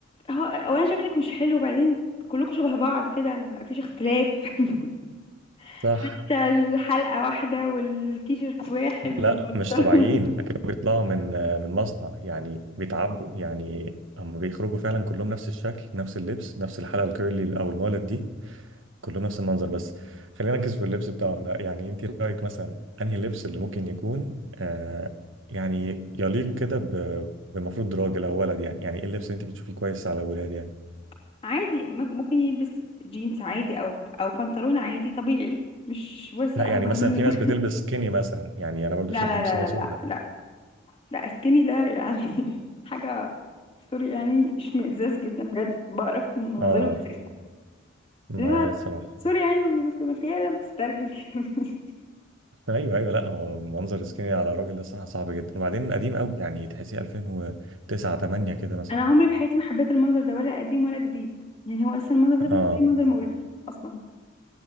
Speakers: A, on the left (about 30°); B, on the right (about 70°).
A: هو اولا شكلك مش حلو وبعدين كلكم شبه بعض كده ما فيش اختلاف <laughs>
B: صح
A: حتى الحلقة واحدة والتيشيرت واحد والبنطلون
B: لا مش طبيعيين اكيد بيطلعوا من من مصنع يعني بيتعبوا يعني هم بيخرجوا فعلا كلهم نفس الشكل نفس اللبس نفس الحلقه الكيرلي او المولد دي كلهم نفس المنظر بس خلينا نركز في اللبس بتاعهم ده يعني انت رايك مثلا انهي لبس اللي ممكن يكون آه يعني يليق كده ب- بمفروض راجل او ولد يعني يعني ايه اللبس اللي انت بتشوفيه كويس على الولاد يعني
A: <laughs> عادي م- ممكن يلبس جينز عادي او او بنطلون عادي طبيعي مش واسع
B: لا يعني
A: اكبر
B: مثلا
A: منه
B: في ناس بتلبس سكيني مثلا يعني
A: <laughs>
B: انا برضو
A: لا
B: شايف
A: لا
B: دي مصيبه
A: لا
B: سوداء
A: لا لا لا لا سكيني ده يعني <laughs> حاجة سوري يعني اشمئزاز جدا بجد بقرف من مناظره
B: اه
A: اساسا
B: ما
A: انما
B: صراحه
A: سوري يعني بس ما فيها لا ما تسترجل <laughs>
B: ايوه ايوه لا هو منظر سكيني على الراجل ده الصراحه صعب جدا وبعدين قديم قوي يعني تحسيه 2009 8 كده مثلا
A: انا عمري في حياتي ما حبيت المنظر ده ولا قديم ولا جديد يعني هو اصلا المنظر ده
B: اه
A: بالنسبه لي منظر مقرف اصلا